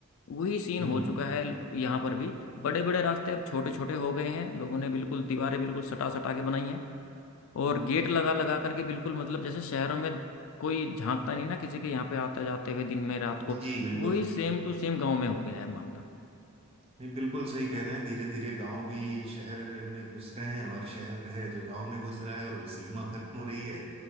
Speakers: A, on the left; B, on the right.
A: वही सीन
B: हम्म
A: हो चुका है यहाँ पर भी बड़े बड़े रास्ते अब छोटे छोटे हो गए हैं लोगों ने बिल्कुल दीवारें बिल्कुल सटा सटा के बनाई हैं और गेट लगा लगा करके बिल्कुल मतलब जैसे शहरों में कोई झांकता नहीं ना किसी के यहाँ पे आते जाते हुए दिन में रात को
B: जी बिल्कुल
A: वही सेम टू सेम गांव में हो गया है मामला
B: नहीं बिल्कुल सही कह रहे हैं धीरे धीरे गांव भी शहर में घुस रहे हैं और शहर है जो गांव में घुस रहा है और वो सीमा खत्म हो रही है